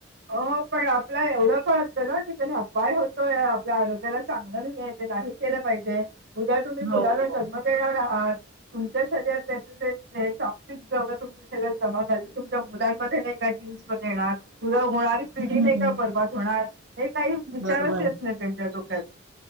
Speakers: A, on the right (about 60°); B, on the right (about 85°).
A: हो पण आपला एवढं का असतं ना की त्याने अपाय होतो या आरोग्याला सांगलं नाही आहे ते नाही केलं पाहिजे उद्या तुम्ही
B: हो,
A: मुलाला
B: हो.
A: जन्म देणार आहात तुमच्या शरीरात त्याॉ तुमच्या शरीात जमा झाली तुमच्या मुलांमध्ये नाही का जीन्स म देणार उद होणारी पिढी
B: हं.
A: नाही का बर्बाद होणार हे काही विचारच
B: बरोबर
A: येत
B: आहे.
A: नाही त्यांच्या डोक्यात